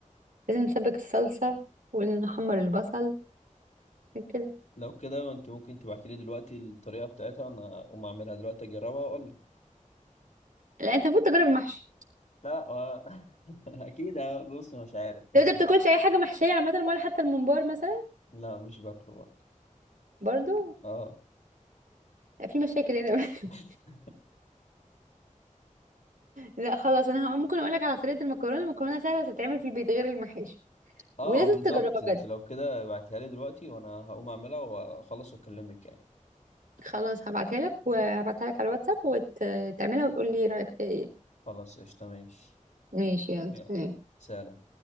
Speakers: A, on the right (about 80°); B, on the left (about 65°).
A: لازم نسبك الصلصه ونحمر البصل كده
B: لو كده انت ممكن تبعتي لي دلوقتي الطريقه بتاعتها انا اقوم اعملها دلوقتي اجربها واقول لي
A: لا انت المفروض تجرب المحشي
B: لا آه، <laughs> اكيد آه، بص أنا مش عارف بس
A: لو انت بتاكلش اي حاجه محشيه عامه ولا حتى الممبار مثلا
B: لا مش باكله برضه
A: برضه
B: اه
A: لا، في مشاكل هنا <laughs>
B: <laughs>
A: لا خلاص انا هقول- ممكن اقول لك على طريقه المكرونه المكرونه سهله تتعمل في البيت غير المحاشي
B: اه
A: ولازم
B: بالظبط
A: تجربها
B: انت
A: بجد
B: لو كده ابعتيها لي دلوقتي وانا هقوم اعملها واخلص واكلمك يعني
A: خلاص هبعتها لك وهبعتها لك على الواتساب وتعملها وتقول لي رايك فيها ايه
B: خلاص قشطة ماشي
A: ماشي يلا
B: يعني سلام